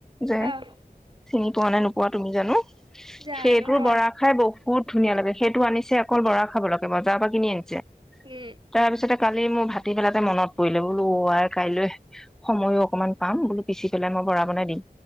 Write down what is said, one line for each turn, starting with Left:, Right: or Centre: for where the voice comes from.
Centre: যে
Right: অ',
Centre: চিনি পোৱা নে নোপোৱা তুমি জানো।
Right: জানো
Centre: সেইটোৰ বৰা
Right: অ',
Centre: খাই বহুত ধুনীয়া লাগে, সেইটো আনিছে অকল বৰা খাবলে কেৱল। বজাৰৰ পৰা কিনি আনিছে,
Right: উম,
Centre: তাৰপিছতে। কালি মোৰ ভাটি বেলাৰপে মনত পৰিলে বোলো আই কাইলৈ, সময়ো অকনমান পাম বোলো পিচি পেলাই মই। বৰা বনাই দিম।